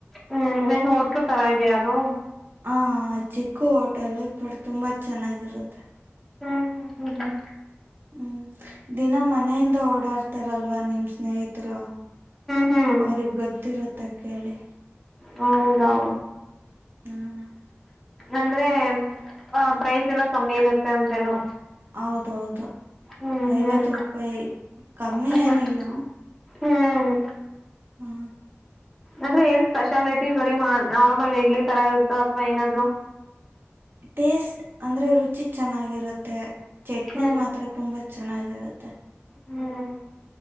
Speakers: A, in the centre; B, on the right.
A: ಹ್ಮ್ಮ್ ಏನ್ ಹೋಟ್ಲು ತರ ಇದೆಯಾ ಅದು.
B: ಹ ಚಿಕ್ಕು ಹೋಟೆಲ್ಲು ಬಟ್ ತುಂಬಾ ಚೆನ್ನಾಗಿರುತ್ತೆ.
A: ಹ್ಮ್ ಹ್ಮ್ ಹ್ಮ್ ಹ್ಮ್.
B: ಹ್ಮ್ ದಿನ ಮನೆಯಿಂದ ಓಡಾಡ್ತಾರಲ್ವಾ ನಿಮ್ಮ್ ಸ್ನೇಹಿತ್ರು.
A: ಹ್ಮ್ ಹ್ಮ್
B: ಅವ್ರಿಗ್ ಗೊತ್ತಿರುತ್ತ ಕೇಳಿ.
A: ಹೌದೌದಾ.
B: ಹ್ಮ.
A: ಅಂದ್ರೆ ಆ ಪ್ರೈಸ್ ಎಲ್ಲ ಕಮ್ಮಿ ಇರುತ್ತೆ ಅಂತೇನು.
B: ಹೌದೌದು
A: ಹ್ಮ್
B: ಐವತ್
A: ಹ್ಮ್
B: ರೂಪಾಯಿ ಕಮ್ಮಿ
A: ಹ್ಮ್
B: ಏನಿಲ್ಲ.
A: ಹ್ಮ್.
B: ಹಾ.
A: ಅಂದ್ರೆ ಏನ್ ಸ್ಪೆಷಾಲಿಟಿ ಬರೀ ನ ನಾರ್ಮಲ್ ಇಡ್ಲಿ ತರ ಇರುತ್ತ ಅತ್ವ ಏನಾದ್ರು.
B: ಟೇಸ್ಟ್ ಅಂದ್ರೆ ರುಚಿ ಚೆನ್ನಾಗಿರುತ್ತೆ ಚಟ್ನಿ
A: ಹ್ಮ್
B: ಮಾತ್ರ ತುಂಬಾ ಚೆನ್ನಾಗಿರುತ್ತೆ.
A: ಹ್ಮ್